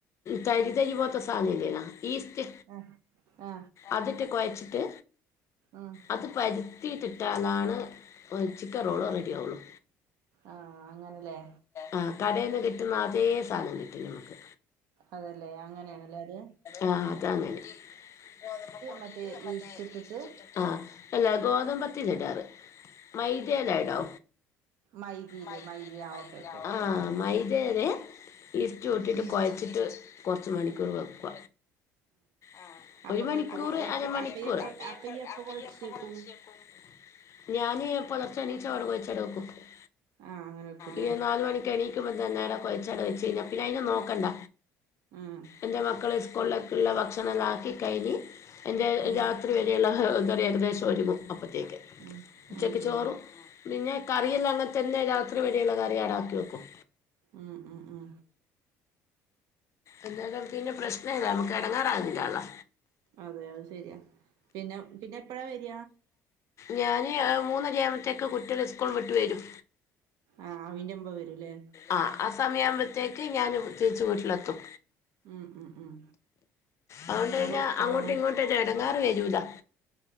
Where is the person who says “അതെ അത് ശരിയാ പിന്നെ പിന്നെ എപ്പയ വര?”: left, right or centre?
Right